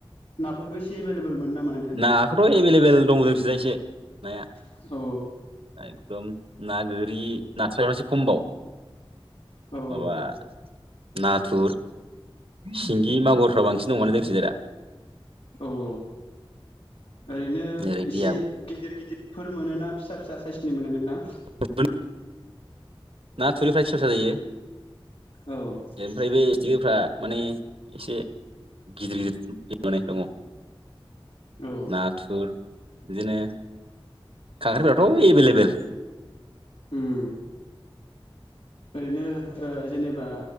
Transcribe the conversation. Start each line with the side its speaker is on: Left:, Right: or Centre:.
Left: नाफोरखौ एसे एभेलेबेल मोनना मोना?
Right: नाखौथ' एभेलेबेल दं जोंथिजाय एसे नाया।
Left: औ
Right: एकदम ना गोरि नास्रायासो खमबाव।
Left: औ
Right: माबा
Left: औ
Right: नाथुर, सिंगि मागुरफ्रा बांसिन दङ जोंथिजाय दा।
Left: औ औ। ओरैनो
Right: ओरै
Left: एसे
Right: दैयाबो
Left: गिदिर गिदिरफोर मोनो ना फिसा फिसा साइसनि मोनो नोंथां?
Right: म <unintelligible> ना थुरिनिफ्रा फिसा फिसा जायो।
Left: औ।
Right: ओमफ्राय बे सिथिकफ्रा माने एसे गिदिर गिदिर माने दङ।
Left: औ
Right: नाथुर बिदिनो खांख्राइफोराथ' एभेलेबेल।
Left: उम। ओरैनो ओ जेनेबा